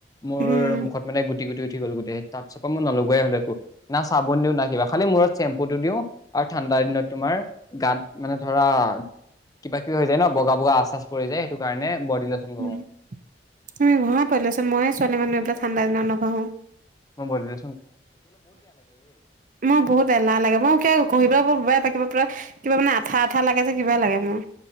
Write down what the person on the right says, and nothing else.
উম
উম তুমি ঘহা পৰিলাচোন মই ছোৱালী মানুহ এইবিলাক ঠাণ্ডা দিনত নঘহো
মই বহুত এলাহ লাগে মই কিয় ঘহিম <unintelligible> পুৰা কিবা মানে আঠা আঠা লাগে যে কিবাই লাগে মোৰ